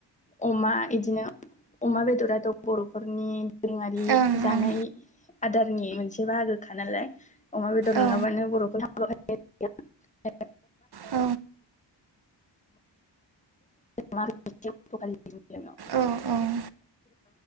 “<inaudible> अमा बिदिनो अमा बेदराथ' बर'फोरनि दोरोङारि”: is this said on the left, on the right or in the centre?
Left